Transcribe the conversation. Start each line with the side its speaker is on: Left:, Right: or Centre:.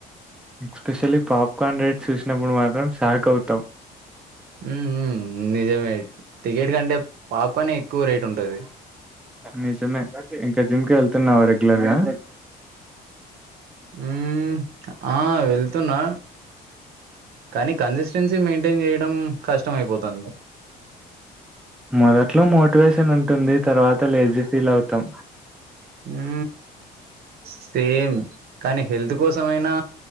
Centre: ఎక్స్పెషల్లీ పాప్కార్న్ రైట్స్ చూసినప్పుడు మాత్రం షాక్ అవుతాం
Right: ఉ ఉ నిజమే టికెట్ కంటే పాప్కన్ ఎక్కువ రేట్ ఉంటది
Centre: నిజమే ఇంకా జిమ్ కెళ్తున్నావా రెగ్యులర్ గా
Right: ఊ ఆ వెళ్తున్నా కానీ కన్సిస్టెన్సీ మెయింటైన్ చేయడం కష్టం అయిపోతాంది
Centre: మొదట్లో మోటివేషన్ ఉంటుంది తర్వాత లేజీ ఫీల్ అవుతాం
Right: ఊ సేమ్ కానీ హెల్త్ కోసమయినా